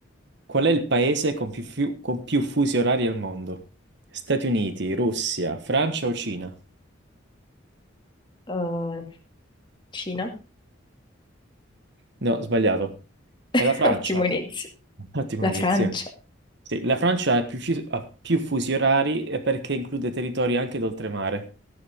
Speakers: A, on the right; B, on the left.
A: Qual è il paese con più, fiu- con più fusi orari al mondo? Stati Uniti, Russia, Francia o Cina?
B: Uh, Cina?
A: No, sbagliato.
B: <laughs>
A: E la Francia?
B: Ottimo inizio.
A: Ottimo
B: La
A: inizio.
B: Francia?
A: Sì, la Francia ha più, fi- ha più fusi orari e perché include territori anche d'oltremare,